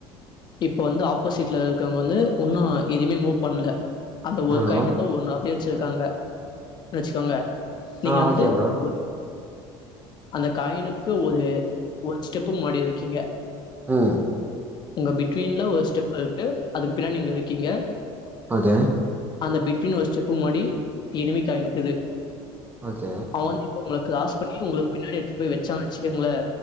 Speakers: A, on the left; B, on the right.
A: இப்ப வந்து ஆப்போசிட்ல இருக்கவ்ங்க வந்து உன்னூ எதுமே மூவ் பண்ல அந்த ஒரு
B: ஹலோ
A: காய்ன் மட்டு ஒன்னு அப்டியே வச்சிருக்காங்க வச்சுக்கோங்க நீங்க
B: ஆ
A: வந்து
B: ஓகே ப்ரோ
A: ஒரு- அந்த காய்னுக்கு ஒரு ஒரு ஸ்டெப்பு முன்னாடி வக்கீங்க
B: ம்
A: உங்க பிட்வீன்ல ஒரு ஸ்டெப் இருக்கு அதுக்கு பின்னாடி நீங்க வக்கீங்க
B: அத
A: அந்த பிட்வீன் ஒரு ஸ்டெப்பு முன்னாடி எனிமி காய் நிக்குது
B: ஓகே
A: அவன் வந்து இப்ப உங்கள கிராஸ் பண்ணி உங்களுக் பின் னாடி எடுத்துட்டு போய் வச்சான் வச்சுக்குங்ள